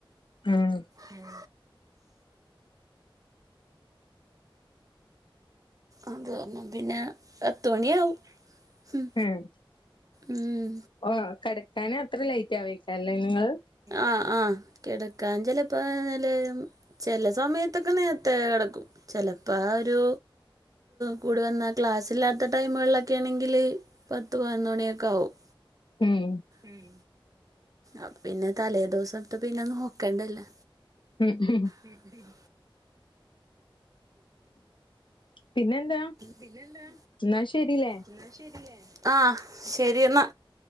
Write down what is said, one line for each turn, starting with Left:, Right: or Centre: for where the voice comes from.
Left: അഹ്
Right: ഉം അന്ത പറഞ്ഞെ പിന്നെ പത്ത് മണിയാവും ഉം.
Left: ആഹ്
Right: ഉം.
Left: ഓ കിടക്കാന് അത്ര ലേറ്റ് ആവുവായിരിക്കല്ലേ നിങ്ങള്
Right: ആഹ് ആഹ് കിടക്കാ ചിലപ്പോ നല്ല <unintelligible> ചെലസമയത്തൊക്കെ നേരത്തെ കിടക്കും ചെലപ്പ ആ ഒരു കൂടി വന്നാൽ ക്ലാസ്സില്ലാത്ത ടൈമുകളിലൊക്കെ ആണെങ്കിൽ പത്ത് പതിനോണിയൊക്കെ ആകും
Left: ഉം
Right: ഉം അപ്പ പിന്നെ തലേദിവസത്ത പിന്നെ നോക്കേണ്ടല്ലേ
Left: ഉം ഉം
Right: ഉംഹും
Left: പിന്നെന്താ
Right: പിന്നെന്താ
Left: എന്നാ ശരില്ലേ
Right: എന്ന ശെരിയേ ആഹ് ‌ശെരി എന്നാ